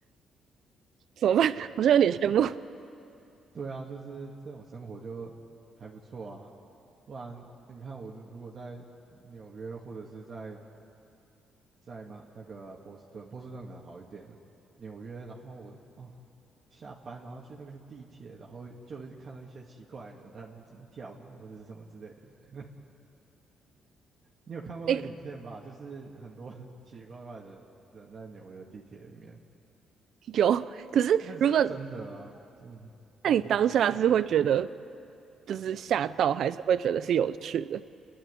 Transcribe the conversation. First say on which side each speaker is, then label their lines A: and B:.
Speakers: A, on the right; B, on the right.
A: 怎么办？
B: 对啊，
A: <laughs> 好像有点羡慕。
B: 对啊，就是这种生活就还不错啊。不然你看我如如果在纽约或者是在在吗？那个波士顿，波士顿可能好一点，纽约，然后我哦下班然后去那个地铁，然后就会看到一些奇怪的人在那边怎么跳舞或者是什么之类的。你有看过那个影片吧？
A: 哎，
B: 就是很多 <laughs> 奇奇怪怪的人在纽约地铁里面，
A: 有，可是如果
B: 那个是真的啊，真的就是真的是那样。
A: 那你当下是会觉得就是吓到，
B: 啊。
A: 还是会觉得是有趣的？